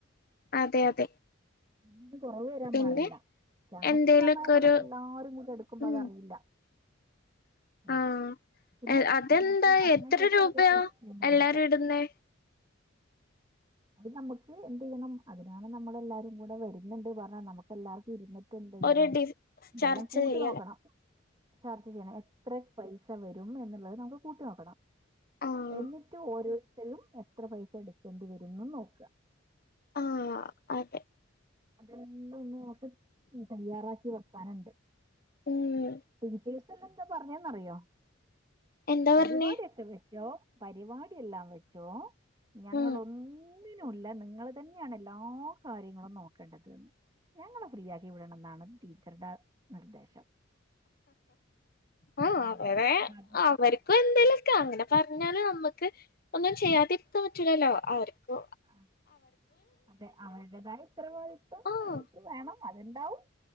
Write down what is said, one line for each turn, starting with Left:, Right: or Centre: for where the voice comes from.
Left: അതെ അതെ
Right: അത് കൊറവ് വരാൻ
Left: പിന്നെ
Right: പാടില്ല <unintelligible>
Left: എന്തേലൊക്കെ
Right: പറഞ്ഞാൽ നമുക്കല്ലാരും
Left: ഒരു
Right: കൂടെ എടുക്കുമ്പോ അതറിയില്ല.
Left: ഉം
Right: ഉം
Left: ആഹ്
Right: പിന്നെ
Left: അതെന്താ
Right: നോക്ക് ഭക്ഷണശേഷം
Left: എത്ര രൂപയാ
Right: ഒരു ഐസ്ക്രീം
Left: എല്ലാരും
Right: കൊടുക്കാം.
Left: ഇടുന്നേ
Right: അത് നമുക്ക് എന്ത് ചെയ്യണം അതിനാണ് നമ്മള് എല്ലാവാരും കൂടെ വരുന്നുണ്ട് പറഞ്ഞാൽ നമുക്ക് എല്ലാവർക്കും ഇരുന്ന ട്ട് എന്തയ്യണം
Left: ഒരു ഡിസ്
Right: ഇതെല്ലാം
Left: ചർച്ച
Right: കൂട്ടി
Left: ചെയ്യാൻ
Right: നോക്കണം. ചർച്ച ചെയ്യണം എത്ര പൈസ വരും എന്നുള്ളത് നമുക്ക് കൂട്ടി നോക്കണം.
Left: ആഹ്
Right: എന്നിട്ട് ഓരോരുത്തരും എത്ര പൈസ എടുക്കേണ്ടി വരുംന്ന് നോക്ക.
Left: ആ അതെ
Right: അതെല്ലം ഒന്ന് നമുക്ക് തയ്യാറാക്കി വെക്കാനുണ്ട്.
Left: ഉം
Right: എയ്സല്ലന്ത പറഞ്ഞേന്നറിയോ
Left: എന്താ
Right: പരിപാടിയൊക്കെ
Left: പറഞ്ഞേ
Right: വെച്ചോ പരിപാടി എല്ലാം വെച്ചോ ഞങ്ങളൊ
Left: ഉം
Right: ഒന്നിനുല്ല നിങ്ങൾ തന്നെയാണ് എല്ലാ കാര്യങ്ങളും നോക്കേണ്ടത് ന്ന് ഞങ്ങളെ ഫ്രീയാ ക്കി വിടണം എന്നാണ് ടീച്ചർടെ നിർദ്ദേശം.
Left: ആ
Right: ആഹ്
Left: അവരെ
Right: അപ്പൊ അത്
Left: അവര് ഇപ്പൊ എന്തേലൊക്കെ അങ്ങനെ പറഞ്ഞാല് നമ്മുക്ക് ഒന്നും ചെയ്യാതിരിക്കാൻ പറ്റൂലല്ലോ അവർക്കോ
Right: ആ അതെ അവരുടേതായ <unintelligible>
Left: ആഹ്
Right: അവർക്ക് വേണം. അത്ണ്ടാവും